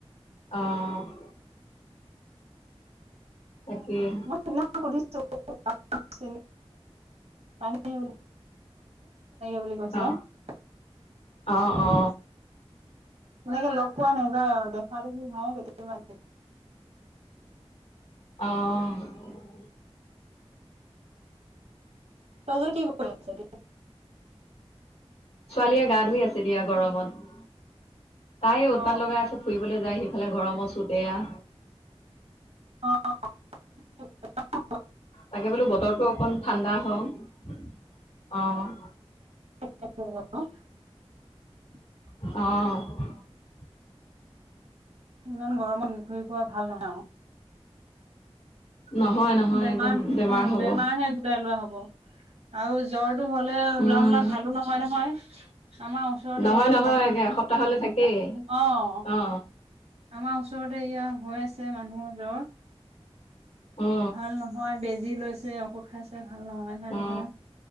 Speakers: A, on the left; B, on the right.
A: অ'। তাকেই
B: মই তোমাক সুধিছোঁ <unintelligible> <unintelligible> এনেকে বুলি কৈছে।
A: অ
B: অ'
A: অ অ
B: তেনেকে লগ পোৱা নাযায় আৰু। দেখা দেখি হয় কেতিয়াবা
A: অ'।
B: ছোৱালীজনী কি কৰি আছে তেতিয়াহ'লে?
A: ছোৱালীয়ে গা ধুই আছে দিয়া গৰমত। তাই উৎপাত
B: অ
A: লগাই আছে, ফুৰিবলৈ যায়, সেইফালে গৰমৰ চোতে এয়া।
B: <unintelligible>
A: তাকে বোলো বতৰটো অকন ঠাণ্ডা হওঁক। অ'।
B: <unintelligible>
A: অ'।
B: ইমান গৰমত ঘূৰি ফুৰা ভাল নহয় আৰু।
A: নহয় নহয়
B: বেমাৰ
A: একদম বেমাৰ হ'ব
B: বেমাৰহে গুৰাই লোৱা হ'ব। আৰু জ্বৰটো হ'লে ওলা
A: উম
B: মোলা ভালোঁ নহয় নহয়। আমাৰ ওচৰতে
A: নহয় নহয়
B: মানুহ এজন,
A: এসপ্তাহলে
B: অ'।
A: থাকেই অ
B: আমাৰ ওচৰতে এয়া হৈ আছে মানুহৰ জ্বৰ।
A: অ
B: ভাল নহয়, বেজি লৈছে, ঔষধ খাইছে। ভাল নহয় ভাল
A: অ'
B: নহয়